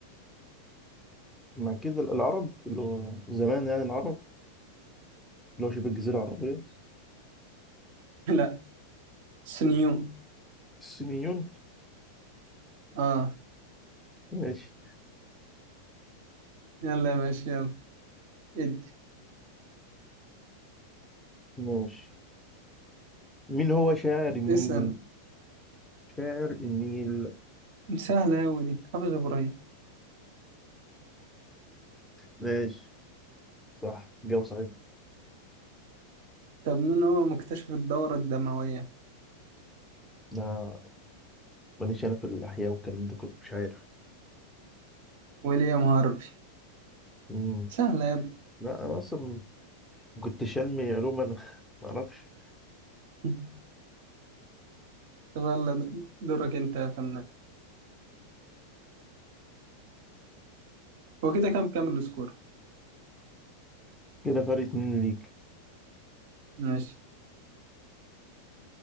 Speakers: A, in the centre; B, on the right.
A: مع كده العرب اللي هو زمان يعني العرب اللي هو شبه الجزيرة العربية
B: <laughs> لا سنيون
A: الصينيون
B: اه
A: ماشي
B: يلا يا باشا يلا ادي
A: ماشي مين هو شاعر النيل
B: اسأل
A: شاعر النيل
B: سهلة أوي دي حافظ ابراهيم
A: ماشي صح جاوب صحيح
B: طب مين هو مكتشف الدورة الدموية
A: لا ماليش انا في الاحياء والكلام ده كله مش عارف
B: ويليام هارفي
A: مم.
B: سهلة يا ابني
A: لا انا اصلا كنت شلمي علوم انا <laughs> ما اعرفش
B: <laughs> طب يلا دورك انت يا فنان هو كده كام كام السكور
A: كده فرق اتنين ليك
B: ماشي